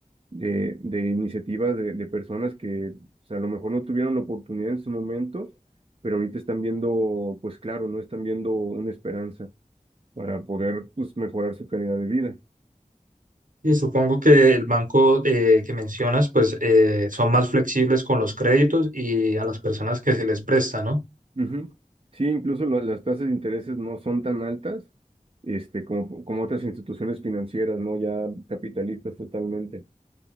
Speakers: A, on the right; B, on the right.
A: de, de iniciativas de, de personas que o sea, a lo mejor no tuvieron la oportunidad en su momento, pero ahorita están viendo, pues claro, no están viendo una esperanza para poder pues, mejorar su calidad de vida.
B: Y supongo que el banco eh, que mencionas, pues eh, son más flexibles con los créditos y a las personas que se les presta, ¿no?
A: Ujú. Sí, incluso lo- las tasas de intereses no son tan altas este, como, como otras instituciones financieras, ¿no? Ya capitalistas totalmente.